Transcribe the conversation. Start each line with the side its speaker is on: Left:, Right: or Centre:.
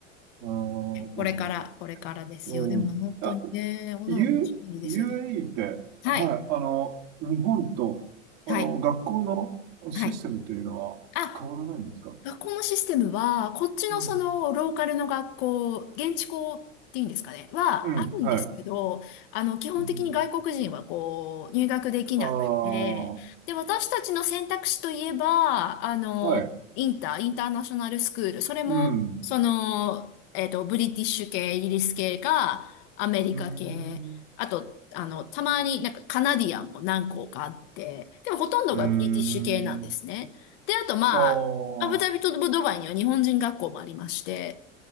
Right: ああ、そうなんですよ。
Left: これから、これからですよ。
Right: うん。
Left: でも本当にね、
Right: あ、
Left: 女の子おしゃべりですよね。
Right: U、UAE って、はい、
Left: はい、
Right: あの、日本と、あの、
Left: はい、
Right: 学校のシステムっていうのは変わらないんですか
Left: はい。あ、学校のシステムは、こっちのそのローカルの学校、
Right: うん。
Left: 現地校っていうんですかね、はあるんですけど、
Right: うん、はい。
Left: あの、基本的に外国人はこう、
Right: うん、
Left: 入学できなくて、
Right: ああ、
Left: で、私たちの選択肢といえば、あの、
Right: はい。
Left: インター、インターナショナルスクール、それも、
Right: うん。
Left: その、えっと、ブリティッシュ系、イギリス系か、アメリカ系、
Right: うーん。
Left: あと、あの、たまになんかカナディアンも何校かあって、でもほとんどがブリティッシュ系なんですね。
Right: うーん。
Left: で、あとまあ、
Right: あ
Left: アブダビとドバイには日本人学校もありまして、
Right: ー